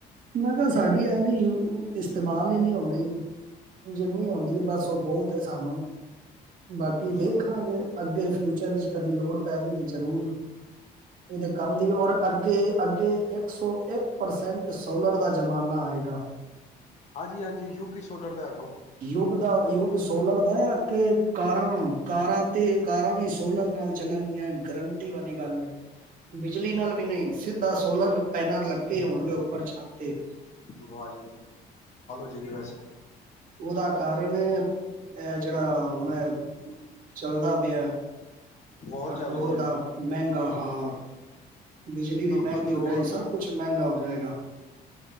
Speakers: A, on the right (about 55°); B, on the left (about 40°).
A: ਮੈਂ ਕਿਹਾ ਸਾਡੀ ਆਨੀ ਉ ਇਸ ਇਸਤੇਮਾਲ ਹੀ ਨੀ ਹੁੰਦੀ ਜਿੰਨੀ ਹੁੰਦੀ ਐ ਬਸ ਉਹ ਬਹੁਤ ਸਾਨੂੰ ਬਾਕੀ
B: ਹੂੰ,
A: ਦੇਖਾਂਗੇ ਅੱਗੇ ਫਿਰ ਫਿਊਚਰ ਚ ਕਦੀ ਲੋੜ ਪੈ ਗਈ ਤੇ ਜ਼ਰੂਰ ਇਹ ਤੇ ਕੰਮ ਦੀ ਔਰ ਅੱਗੇ ਅੱਗੇ ਇੱਕ ਸੌ ਇੱਕ ਪਰਸੈਂਟ ਸੋਲਰ ਦਾ ਜ਼ਮਾਨਾ ਆਏਗਾ
B: ਹਾਂਜੀ ਹਾਂਜੀ ਯੁਗ ਹੀ ਸੋਲਰ ਦਾ ਅੱਗੋ
A: ਯੁੱਗ ਦਾ ਯੁੱਗ ਸੋਲਰ ਦਾ ਐ ਅੱਗੇ ਕਾਰਾਂ-ਕਾਰਾਂ ਤੇ ਕਾਰਾਂ ਵੀ ਸੋਲਰ ਨਾਲ ਚੱਲਣਗੀਆਂ ਗਰੰਟੀ ਵੱਲ ਵਾਲੀ ਗੱਲ ਏ ਬਿਜਲੀ ਨਾਲ ਵੀ ਨਹੀਂ ਸਿੱਧਾ ਸੋਲਰ ਪੈਨਲ ਲੱਗੇ ਹੋਣਗੇ ਉੱਪਰ ਛੱਤ ਤੇ
B: ਵਾਹ ਜੀ ਬਸ
A: ਉਹਦਾ ਕਾਰਨ ਇਹ ਜਿਹੜਾ ਹੁਣ ਚੱਲਦਾ ਪਿਆ
B: ਵੋਰ
A: ਪੈਟਰੋਲ
B: ਚੱਲ ਰਹੀ ਜੇੜੀ
A: ਦਾ
B: ਹੂੰ,
A: ਮਹਿੰਗਾ ਹਾਂ ਬਿਜਲੀ ਵੀ ਮਹਿੰਗੀ
B: ਪੈਟਰੋਲ
A: ਹੋ ਜਾ ਸਭ ਕੁਛ ਮਹਿੰਗਾ ਹੋ